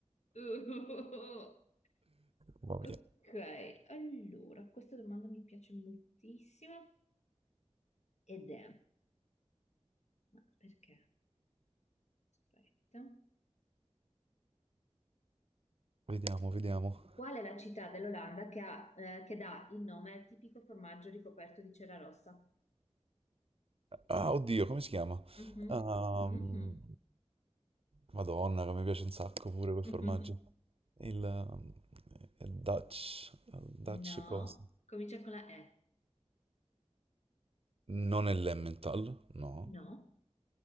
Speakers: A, on the left; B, on the right.
A: <laughs>
B: mamma
A: Uh,
B: mia.
A: Ok, allora, questa domanda mi piace moltissimo ed è, ma perché? Aspetta.
B: Vediamo, vediamo.
A: Qual è la città dell'Olanda che, ha, eh, che dà il nome al tipico formaggio ricoperto di cera rossa?
B: Ah, oddio, come si chiama?
A: Mhm,
B: Ehm,
A: mhm,
B: Madonna, che mi piace un sacco pure quel
A: mhm.
B: formaggio.
A: <laughs>
B: Il ehm, è Dutch, Dutch
A: No,
B: cosa?
A: comincia con la E.
B: Non è l'Emmental, no,
A: No,